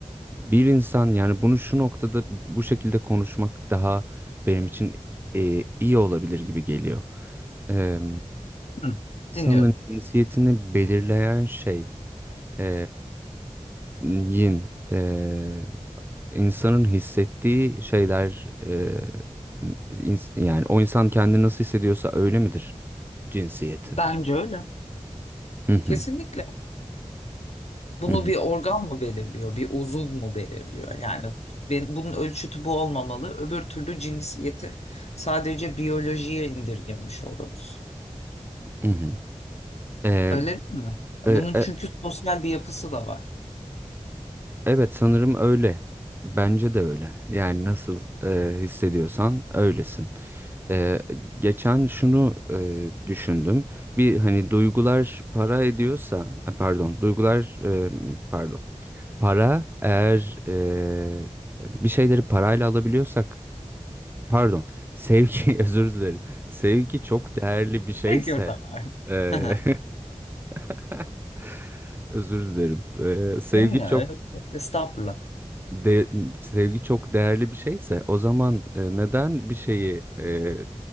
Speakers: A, on the right; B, on the left.
A: bir insan yani bunu şu noktada bu şekilde konuşmak daha benim için e, iyi olabilir gibi geliyor. Ee,
B: Hı.
A: insanın
B: Dinliyorum.
A: cinsiyetini belirleyen şey e, yin. e, insanın hissettiği şeyler e, ins- yani o insan kendini nasıl hissediyorsa öyle midir cinsiyeti?
B: Bence öyle.
A: Hı hı
B: Kesinlikle. Bunu
A: hı hı.
B: bir organ mı belirliyor, bir uzuv mu belirliyor? Yani ben, bunun ölçütü bu olmamalı. Öbür türlü cinsiyeti sadece biyolojiye indirgemiş oluruz.
A: hı hı. E,
B: Öyle değil mi? Bunun
A: e, e,
B: çünkü sosyal bir yapısı da var.
A: evet sanırım öyle. Bence de öyle. Yani nasıl e, hissediyorsan öylesin. E, geçen şunu e, düşündüm. Bir hani duygular para ediyorsa, e, pardon, duygular e, pardon. Para eğer e, bir şeyleri parayla alabiliyorsak pardon sevgi <laughs> özür dilerim. Sevgi çok değerli bir şeyse
B: Gerekiyor tabii.
A: eee,
B: <laughs>
A: <laughs> özür dilerim. Eee, sevgi
B: Bilmiyorum.
A: çok
B: Estağfurullah.
A: de, sevgi çok değerli bir şeyse o zaman e, neden bir şeyi e,